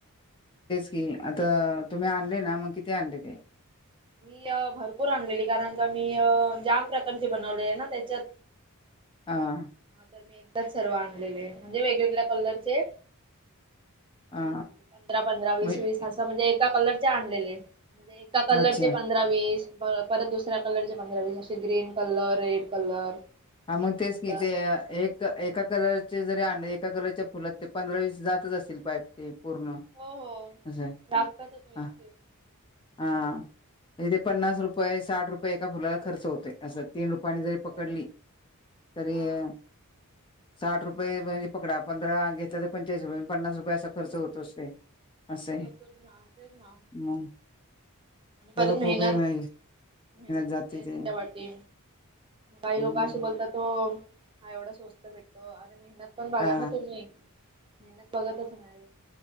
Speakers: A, on the left (about 20°); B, on the right (about 25°).
A: हम्म आता तुम्ही आणले ना मग किती आणले ते?
B: मी अ भरपूर आणलेली कारण का मी जाम प्रकारचे बनवलेले ना त्याच्यात.
A: हा.
B: हा तर मी एकदाच सर्व आणलेले म्हणजे वेगवेगळ्या कलरचे.
A: हा
B: म्हणजे पंधरा पंधरा वीस
A: म्हणजे
B: वीस असं म्हणजे एका कलरचे आणलेले. एका कलरचे
A: अच्छा
B: पंधरा वीस. प परत दुसऱ्या कलरचे पंधरा वीस असे ग्रीन कलर, रेड कलर.
A: हा मग
B: पिंक
A: तेच
B: कलर
A: की ते एक एका कलर त ते जरी आणले एका कलरच्या फुलात ते पंधरा वीस जातच असतील पाईप ते. पूर्ण
B: हो हो.
A: असं आहे
B: लागतातच वीस
A: ह.
B: तीस
A: हा इथे पन्नास रुपये, साठ रुपये, एका फुलाला खर्च होतय असं तीन रुपये रूपयांनी जरी पकडली
B: हो
A: तरी
B: हा
A: अ- साठ रुपये म्हणजे पकडा पंधरा घेतला तर, पंचेचाळीस रुपये पन्नास रुपये असा खर्च होतच ते. असं आहे
B: हो तोच ना तेच ना.
A: मग त्याला
B: परत मेहनत,
A: खूप हे मे-
B: मेहनत
A: जाते
B: किती आहे त्याच्या
A: ते
B: पाठी. काही
A: हम्म
B: लोक अशे बोलतात हो हा एवढं स्वस्त भेटतो, अरे मेहनत पण बघा
A: हा
B: ना तुम्ही. मेहनत बघतच नाही